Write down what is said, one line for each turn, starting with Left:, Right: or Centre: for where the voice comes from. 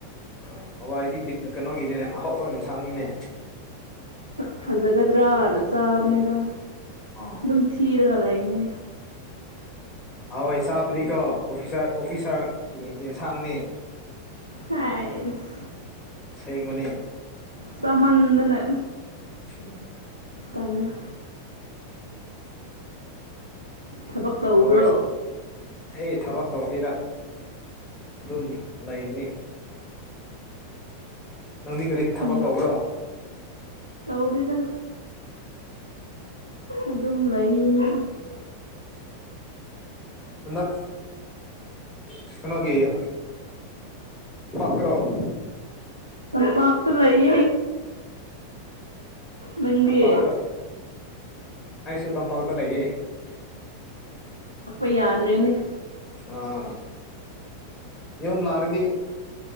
Left: ꯑꯥ ꯍꯋꯥꯏꯗꯤ ꯕꯤꯠ ꯀꯩꯅꯣꯒꯤꯅꯦ ꯑꯍꯥꯎꯕ ꯏꯟꯁꯥꯡꯅꯤꯅꯦ
Right: ꯁꯛ ꯐꯖꯒꯗ꯭ꯔꯥꯅ ꯆꯥꯕꯅꯦꯗ
Left: ꯑꯥ
Right: ꯗꯨꯝ ꯊꯤꯔꯒ ꯂꯩꯌꯦꯅꯦ
Left: ꯍꯋꯥꯏ ꯆꯥꯕꯗꯤꯀꯣ ꯑꯣꯐꯤꯁꯥ ꯑꯣꯐꯤꯁꯥꯔ ꯏꯟ ꯏꯟꯁꯥꯡꯅꯦ
Right: ꯍꯥꯏꯁ
Left: ꯁꯦꯡꯕꯅꯤ
Right: ꯆꯥꯃꯟꯗꯅ
Left: ꯎꯝ
Right: ꯇꯜꯂꯦ ꯊꯕꯛ ꯇꯧꯕ꯭ꯔꯣ
Left: ꯍꯋꯥꯏ ꯑꯩ ꯊꯕꯛ ꯇꯧꯗꯦꯗ ꯑꯗꯨꯝ ꯂꯩꯕꯅꯤ ꯅꯪꯗꯤ ꯀꯔꯤ ꯊꯕꯛ
Right: ꯌꯨꯝ
Left: ꯇꯧꯕ꯭ꯔꯣ
Right: ꯇꯧꯗꯦꯗ ꯑꯗꯨꯝ ꯂꯩ ꯌꯨꯝꯗ
Left: ꯍꯟꯗꯛ ꯀꯩꯅꯣꯒꯤ ꯀꯀ꯭ꯔꯣꯝ
Right: ꯇꯝꯄꯥꯛꯥꯛꯄ ꯂꯩ ꯅꯪꯗꯤ
Left: ꯇꯝꯄꯥꯛꯇ ꯑꯩꯁꯨ ꯇꯝꯄꯥꯛꯇ ꯂꯩꯌꯦ
Right: ꯌꯥꯗ ꯔꯦꯅꯦ
Left: ꯑꯥ ꯌꯦ ꯂꯔꯗꯤ